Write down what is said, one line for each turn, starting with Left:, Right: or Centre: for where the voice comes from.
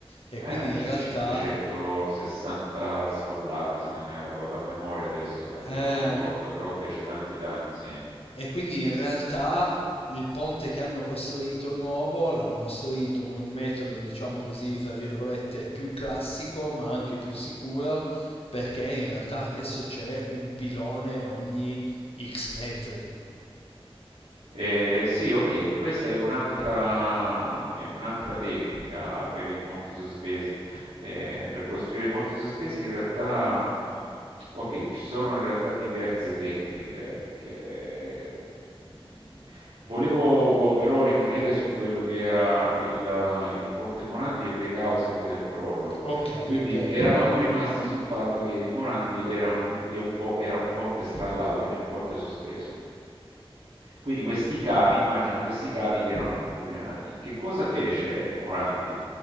Left: e
Right: Eh,
Left: quindi in
Right: c-
Left: realtà
Right: 560 sfollati, se non erro, vado a memoria adesso perché
Left: eh,
Right: non ricordo, però fece tanti danni, sì.
Left: E quindi in realtà il ponte che hanno costruito nuovo l'hanno costruito con un metodo, diciamo così, fra virgolette, più classico, ma anche più sicuro, perché in realtà adesso c'è un pilone ogni X metri.
Right: Eh, sì, ok, questa è un'altra è un'altra tecnica per i ponti sospesi. Eh, per costruire ponti sospesi in realtà, mh, ok, ci sono in realtà diverse tecniche che... mh, Volevo oh, però rimanere su quello che era il, il Ponte Morandi e le cause poi del crollo.
Left: Ok,
Right: Quindi
Left: ok.
Right: eravamo rimasti sul fatto che il Morandi era un, che un po', era un ponte strallato, quindi un ponte sospeso. Quindi questi cavi, immagina questi cavi che erano incuneati. Che cosa fece il Morandi?